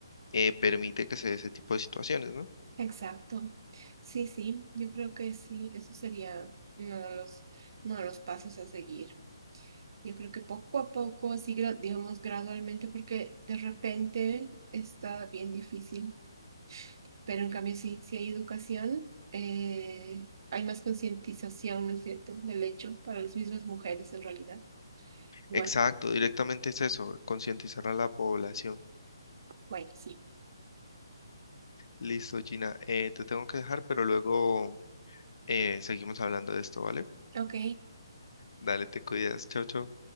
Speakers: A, on the left; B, on the right.
A: eh, permite que se dé ese tipo de situaciones, ¿no?
B: Exacto. Sí, sí, yo creo que sí, eso sería uno de los, uno de los pasos a seguir. Yo creo que poco a poco, así, gra- digamos, gradualmente, porque de repente está bien difícil, pero en cambio sí, sí hay educación, eh, hay más concientización, ¿no es cierto?, del hecho para las mismas mujeres en realidad. Bueno,
A: Exacto, directamente es eso, concientizar a la población.
B: bueno, sí.
A: Listo, Gina, eh, te tengo que dejar, pero luego eh, seguimos hablando de esto, ¿vale?
B: Ok.
A: Dale, te cuidas, chao, chao.